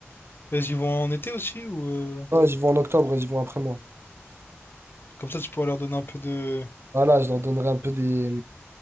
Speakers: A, on the left; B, on the right.
A: Ils vont en été aussi ou... euh,
B: Non, elles y vont en octobre, elles y vont après moi.
A: Comme ça, tu pourras leur donner un peu de...
B: Voilà, je leur donnerai un peu des,